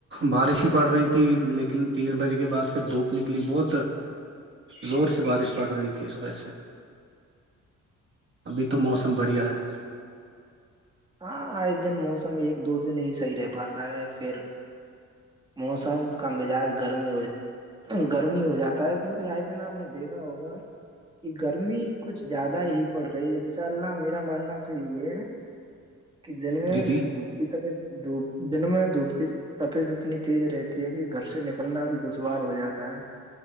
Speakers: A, on the right; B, on the right.
A: بارش ہی پڑ رہی تھی لیکن تین بجے کے بعد پھر دھوپ نکلی بہت زور سے بارش پڑ رہی تھی اس وجہ سے ابھی تو موسم
B: جی
A: بڑھیا ہے
B: ہاں ایک دن موسم ایک دو دن ہی صحیح رہ پاتا ہے پھر موسم کا مزاج گرمی ہو گرمی ہو جاتا ہے کیونکہ آج دن آپ نے دیکھ ہوگا کہ گرمی کچھ زیادہ ہی پڑ رہی ہے چلنا میرا ماننا تو یہ کہ دن میں
A: جی جی
B: دھپی تو پھر دپ دن میں دھوپ کی تفیت اتنی تیز رہتی ہے کہ گھر سے نکلنا بھی دشوار ہو جاتا ہے